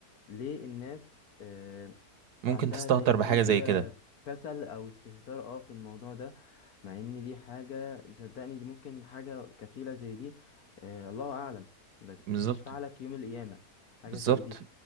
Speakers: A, on the left; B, on the right.
A: ليه الناس آه،
B: ممكن
A: عندها
B: تستهتر
A: زي ما
B: بحاجة
A: تقول كده
B: زي كده
A: كسل او استهتار اه في الموضوع ده مع ان دي حاجة صدقني دي ممكن حاجة كفيلة زي دي آه، الله اعلم بس
B: بالظبط
A: تشفع لك يوم القيامة حاجة
B: بالظبط
A: زي دي